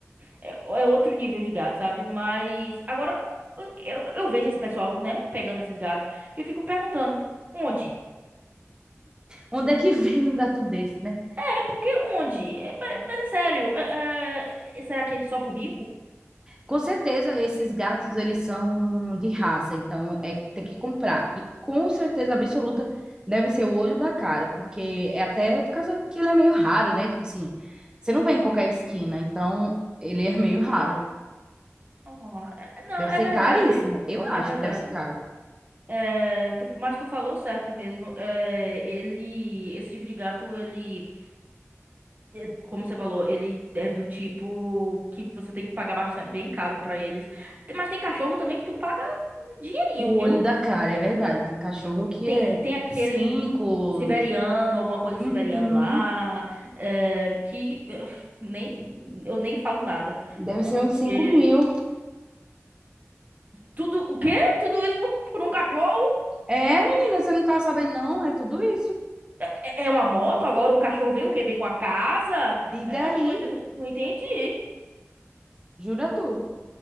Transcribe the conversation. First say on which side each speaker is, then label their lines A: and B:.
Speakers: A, on the right; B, on the right.
A: É, é outro nível de gato, sabe? Mas agora eu, eu eu vejo esse pessoal, né, pegando esses gatos e eu fico me perguntando, onde?
B: Onde é que <laughs> vem um gato desse, né?
A: É porque onde? É, ma- mas é sério, é- é- será que é só pro rico?
B: Com certeza, esses gatos, eles são de raça, então é, tem que comprar. E com certeza absoluta deve ser o olho da cara, porque é até por causa que ele é meio raro, né? Tipo assim, você não vê em qualquer esquina, então ele é meio raro.
A: Ah, é- não,
B: Deve
A: é
B: ser
A: verdade,
B: caríssimo. Eu acho
A: é verdade.
B: que deve ser caro.
A: É, tu- mas tu falou certo mesmo. É, ele, esse tipo de gato, ele, é, como você falou, ele é do tipo que você tem que pagar bastante, bem caro pra eles. Tem- Mas tem cachorro também que tu paga um dinheirinho,
B: O
A: viu?
B: olho da cara, é verdade. Tem cachorro que
A: Tem,
B: é
A: tem aquele
B: cinco.
A: siberiano, alguma coisa
B: Uhum.
A: siberiano lá, é, que eh, nem, eu nem falo nada.
B: Deve
A: Porque
B: ser uns cinco mil.
A: tudo, o quê? Tudo isso por, <laughs> por um cachorro?
B: É, menina, você não tá sabendo, não? É tudo isso.
A: É, é uma moto agora? O cachorro vem o quê? Vem com a casa?
B: Diga
A: Eh, Eu
B: aí.
A: não tô, ente- não não entendi.
B: Jura tu?